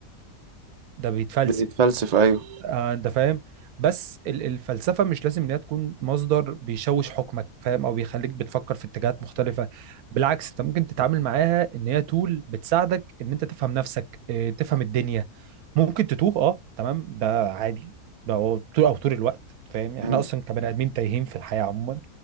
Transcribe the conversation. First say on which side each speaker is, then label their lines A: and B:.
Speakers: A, on the right; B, on the right.
A: ده بيتفلسف
B: بنتفلسف ايوه
A: آه انت فاهم بس ال- الفلسفه مش لازم ان هي تكون مصدر بيشوش حكمك فاهم او بيخليك بتفكر في اتجاهات مختلفه بالعكس انت ممكن تتعامل معاها ان هي تول بتساعدك ان انت تفهم نفسك آه، تفهم الدنيا ممكن تتوه اه تمام ده عادي ده هو طول او طول الوقت فاهم احنا
B: مم.
A: اصلا كبني ادمين تايهين في الحياه عموما